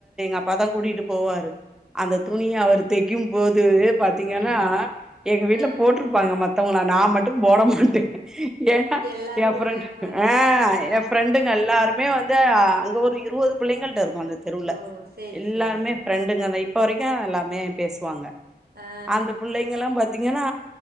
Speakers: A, in the centre; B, on the right.
A: அப்பதம் கூடிட்டு போவாரு அந்த துணிய அவரு தக்கும் அ பாத்தீங்கன்னா
B: ம்
A: எங்க வீட்டுல
B: அ அ
A: போட்டிருப்பாங்க மத்த வங்களா நான் மட்டும் போட மாட்ட ஏனா
B: எல்லாரு
A: என் ஃப்ரெண்ட்
B: ஒரே மாரி
A: ஆஹ்
B: ஆ
A: என் ஃப்ரெண்டுங்க எல்லாருமே வந்து அங்க ஒரு இருபது பிள்ளைங்களிட்ட இருக்கு வந்த தெருல
B: ஓ சேரி
A: எல்லாருமே
B: சேரி சேரி
A: பிரெண்டுங்க தான் இப்ப வரைக்கும் எல்லாமே பேசுவாங்க
B: ஆ
A: அந்த பிள்ளைங்கல்லாம் பத்த பத்தீங்கன்னா